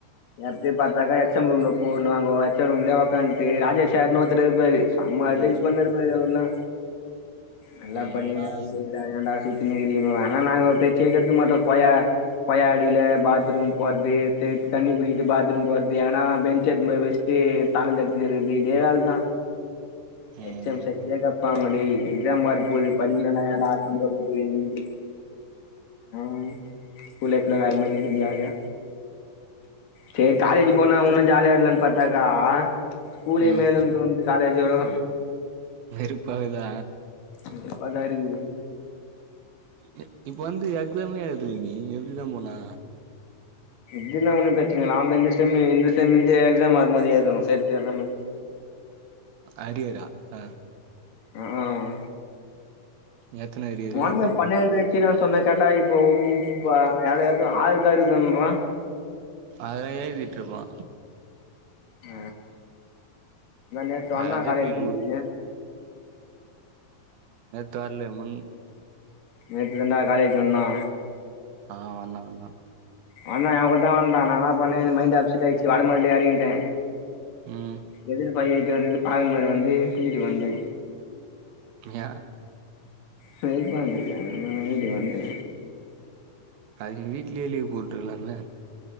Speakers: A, on the left (about 65°); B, on the right (about 80°).
A: எப்பியு பாத்தாக்கா எச் எம் ரூம்ல போனுவாங்கா எச் எம் ரூம்லே ஒக்காந்ட்டு ராஜா சேர்னு ஒருத்தர் இருப்பாரு ச சம்மா அட்வைஸ்
B: ம்
A: பண்ணருப்பாரு அவுர்லா நல்லா
B: அதெல்லா
A: படிங்கடா செய்ங்கடா ஏண்டா சுத் தினுகறிங்கோ ஆனா நாங்க அவ்ர் பேச்யே கேட்டுக் மட்டோ போயா கொயா அடியில பாத்ரூம் போற்து திருப் தண்ணி குடிக்கித்து பாத்ரூம் போற்து எங்கனா பெஞ்ச எத்துன் போய் வெஷ்டு ப்டே தாளோ தட்னு இருக்குது இதே வேல் தா எச்
B: ம்
A: எம் செய்த்யா கேப்பாங்க டேய் எக்ஸாம் வர போது படிங்லேன்டா ஏன்டா ஆட்டம் போ <unintelligible> ஏந்து ஆ ஸ்கூல் லைஃப்ல வேற மாரி இந்து ஜாலியா சேரி காலேஜி போனா உன்னு ஜாலியா இருக்லான் பாத்தாக்கா ஸ்கூலே
B: ம்
A: மேலுன் தோன்து காலேஜோடோ
B: வெறுப்பாக்குதா
A: வெறுப்பாதா இருக்கு
B: இ இப்ப வந்து எக்ஸாமே எழுதுல நீ எப்டிதா போன
A: இதுனா ஒன்னு ப்ரெச்னில் ஆவ்ள்தா இந்த செம்மு இந்த செம்மிந்து எக்ஸாம் வரும்போது எழுதணு சேத்து எல்லாமே
B: அரியரா அ
A: அக்அ ஆமா
B: எத்தன அரியரு
A: உங்கண்ண பன்னெண்டு வெச்சிரான் சொன்னே கேட்டா இப்போ உம் பா எவ்ள இன்னு ஆரு தா இருக்குன்றா
B: அதெல்லாம் எழுதிட்ருப்பா
A: ஆ இதா நேத்து வந்தா
B: எல்லாத்தையு
A: காலேஜீக்கு
B: கிளீன் பண் தெர்ல முன்
A: நேத்து தண்டா காலேஜ் வந்தா
B: அ வந்தா வந்தா
A: வந்தா எ கூட்தா வந்தா நா இன்னா பண்ணே எனுக் மைண்ட் அப்சட்யாச்சு வரும் போதே எறங்கிட்டே
B: ம்
A: எதிர்ல் ஃபை எய்ட்டி வந்துது பாகல்மேடு வந்துனு வீட்டுக் வந்டே
B: ஏ
A: வெறுப்பா இருந்துது அதா வீட்டுக் வந்டே
B: அதுக்கு நீ வீட்லே லீவு போட்டுருக்கலாமே